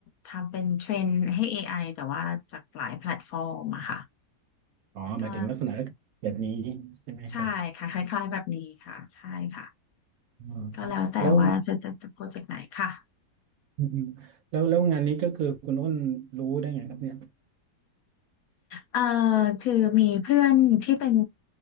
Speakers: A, on the left (about 70°); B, on the right (about 70°).
A: ทำเป็นเทรนให้ AI แต่ว่าจากหลายแพลตฟอร์มอะค่ะ
B: อ๋อหมายถึงลักษณะแบบนี้
A: ก็
B: ใช่ไหมครับ
A: ใช่ค่ะคล้ายๆแบบนี้ค่ะใช่ค่ะ
B: อ๋อครับแล้ว
A: ก็แล้วแต่ว่าจะจะจะโปรเจกต์ไหนค่ะ
B: อืมแล้วแล้วงานนี้ก็คือคุณอ้นรู้ได้ไงครับเนี่ย
A: เอ่อคือมีเพื่อนที่เป็น